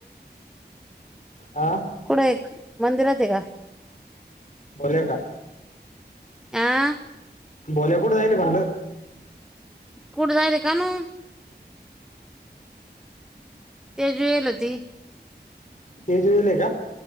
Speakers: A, on the left; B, in the centre.
A: हा.
B: कुडे एक मंदिरात आहे का?
A: झालं का?
B: आ
A: बोले कुठं राहिले म्हणलं?
B: कुठे जायले कानू? तेजु येल होती.
A: तेजु वेले का